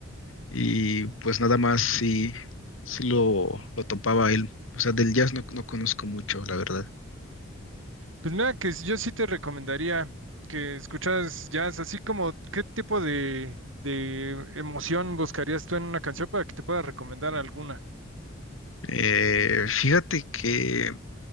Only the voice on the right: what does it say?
Pues mira que yo sí te recomendaría que escucharas jazz, así como qué tipo de, de emoción buscarías tú en una canción para que te pueda recomendar alguna.